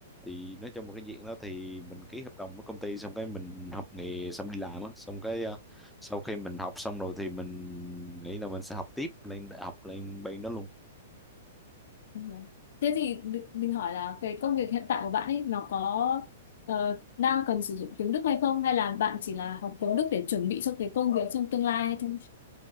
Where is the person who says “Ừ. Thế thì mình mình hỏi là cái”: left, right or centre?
Left